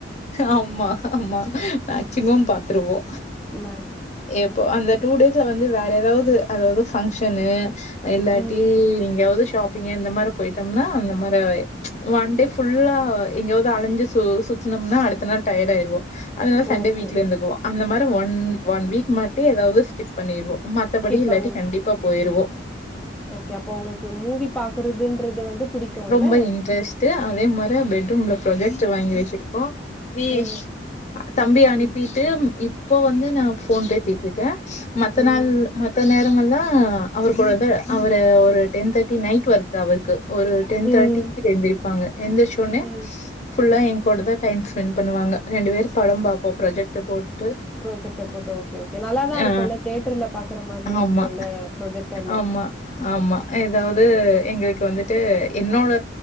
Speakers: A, on the left; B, in the centre.
A: ஆம்மா ஆம்மா மேக்ச்சிமம் பாத்துருவோ
B: மேக்ஸ்
A: எப்போ அந்த டூ டேஸ்ல வந்து வேற எதாவுது அதாது ஃபங்ஷனு இல்லாட்டி
B: ம்.
A: எங்கயாவுது ஷாப்பிங்கு இந்த மாரி போயிட்டோம்னா அந்த மாரி ஒன் டே ஃபுல்லா
B: அ
A: எங்கியாவுது அலைஞ்சு சுத்தனோம்னா அடுத்த நாள் டயட் ஆயிருவோ அதனால சண்டே
B: ஓகே.
A: வீட்ல இருந்துக்குவோ அந்த மாரி ஒன் ஒன் வீக் மட்டு எதாவுது ஸ்கிப் பண்ணிருவோ மத்தபடி
B: கீப்
A: இல்லாட்டி
B: பண்ணும்.
A: கண்டிப்பா போயிருவோ
B: ஓகே அப்போ உங்களுக்கு மூவி பாக்குறதுன்றது வந்து பிடிக்கும்ல?
A: ரொம்ப இன்ட்ரெஸ்ட்டு அதே மாரி பெட்ரூம்ல ப்ரொஜெக்ட்ர் வாங்கி வச்சிருக்கோ விஸ்
B: அ.
A: தம்பி அனுப்பிட்டு
B: ம்.
A: இப்போ வந்து நா ஃபோன் பேசிட் ருக்கே மத்த
B: ம்.
A: நாள் மத்த நே ரமெல்லா அவுரு கூட அவரு ஒரு டென் தேட்டி நைட் ஒர்க் அவுருக்கு ஒரு டென்
B: ம்.
A: தேட்டிக்கு எழுந்திருப்பாங்க எந்திச்ச ஓன்னே
B: ம்.
A: ஃபுல்லா எ கூட தா டைம் ஸ்பெண்ட் பண்ணுவாங்க ரெண்டு பேரு படோ பாப்போ ப்ரொஜெக்ட்ர் போட்டு
B: ப்ரொஜெக்டர் போட்டு ஓகே ஓகே நல்லாதா
A: ஆ
B: இருக்குல்ல தேட்டர்ல பாக்குற மாரி
A: ஆமா
B: இருக்குல்ல ப்ரொஜெக்டர்ல
A: ஆமா ஆமா எதாவுது எங்க வந்துட்டு என்னோட